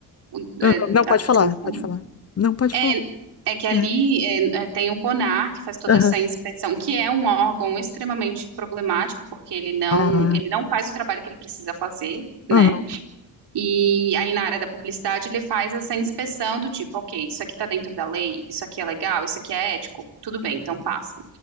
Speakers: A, on the right (about 70°); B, on the left (about 35°).
A: o- é,
B: Aham.
A: da
B: Não, pode
A: questão
B: falar,
A: do CONAR.
B: pode falar. Não, pode
A: É,
B: falar.
A: é que ali
B: É.
A: é, é, tem o CONAR, que faz toda
B: Aham.
A: essa inspeção, que é um órgão extremamente problemático, porque ele não,
B: Ah,
A: ele não faz o trabalho que ele precisa fazer, né?
B: aham,
A: E aí na área da publicidade ele faz essa inspeção do tipo, ok, isso aqui tá dentro da lei, isso aqui é legal, isso aqui é ético, tudo bem, então passa.